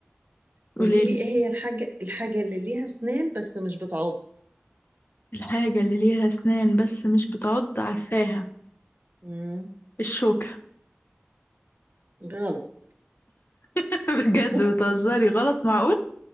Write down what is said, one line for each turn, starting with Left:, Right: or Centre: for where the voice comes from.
Left: قوليلي
Right: قولي لي إيه هي الحاجة الحاجة اللي ليها أسنان بس مش بتعض؟
Left: الحاجة اللي ليها اسنان بس مش بتعض عارفاها
Right: مم.
Left: الشوكة
Right: غلط
Left: <laughs> بجد
Right: <laughs>
Left: بتهزري غلط معقول